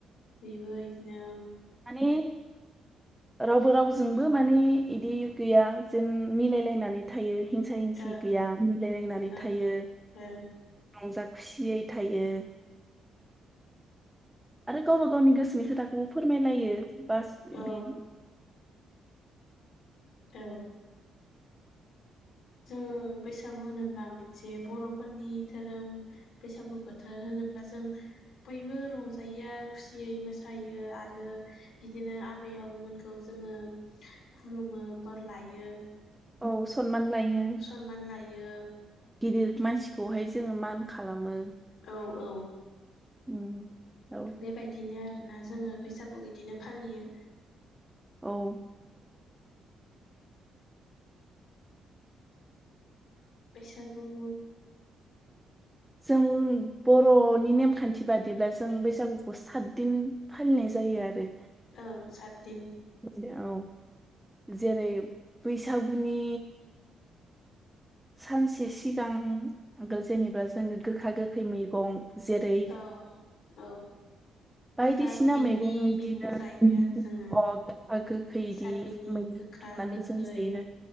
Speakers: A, on the left; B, in the centre.
A: बयबो बिदिनो
B: माने रावबो रावजोंबो माने बिदि गैया जेन मिलायलायनानै थायो हिंसा हिंसि
A: ओं
B: गैया मिलायलायनानै
A: ओं
B: थायो।
A: ओं
B: रंजा खुसियै थायो। आरो गावबा गावनि गोसोनि खोथाखौबो फोरमायलायो। बास
A: औ
B: बि
A: औ। जोङो बैसागु होनोब्ला मोनसे बर'फोरनि धोरोम बैसागु बोथोर होनोब्ला जों बयबो रंजायो खुसियै मोसायो आरो बिदिनो आबै आबौमोनखौ जोङो खुलुमो बोर लायो।
B: औ सनमान लायो
A: सनमान लायो।
B: गिदिर मानसिखौहाय जोङो मान खालामो।
A: औ औ।
B: उम। औ
A: बेबायदिनो आरो ना जोङो बैसागु बिदिनो फालियो।
B: औ।
A: बैसागु
B: जों बर'नि नेमखान्थि बादिब्ला जों बैसागुखौ सातदिन फालिनाय जायो आरो।
A: ओं सातदिन
B: <unintelligible> औ जेरै बैसागुनि सानसे सिगांबो जेनेबा जोङो गोखा गोखै मैगं जेरै
A: औ औ।
B: बायदिसिना
A: सात बिदनि
B: मैगं बिदिनो
A: मैगं जायो आरो जोङो
B: गोखा गोखैदि
A: सात बिदनि
B: मैगं
A: गोखा
B: बुथुमनानै
A: गोखै
B: जों जायो